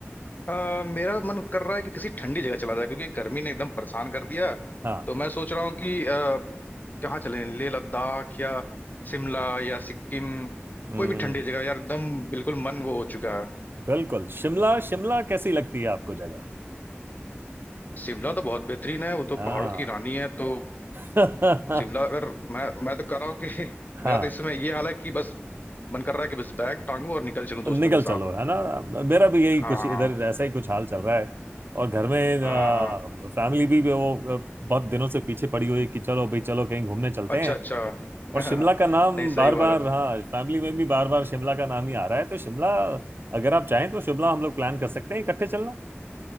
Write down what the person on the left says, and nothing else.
अ, मेरा मन कर रहा है कि किसी ठंडी जगह चला जाए क्योंकि गर्मी ने एकदम परेशान कर दिया
तो मैं सोच रहा हूँ कि अ, कहाँ चलें लेह लद्दाख या शिमला या सिक्किम
कोई भी ठंडी जगह यार एकदम बिल्कुल मन वो हो चुका है
शिमला तो बहुत बेहतरीन है वो तो
पहाड़ों की रानी है तो
शिमला अगर मैं मैं तो कर रहा हूँ कि <laughs>
मेरा तो इस समय ये हाल है कि बस मन कर रहा है कि बस बैग टांगू और निकल चलूं दोस्तों
के
साथ
हाँ
हाँ
हाँ हाँ
अच्छा
अच्छा
<laughs>
नहीं
सही बात
है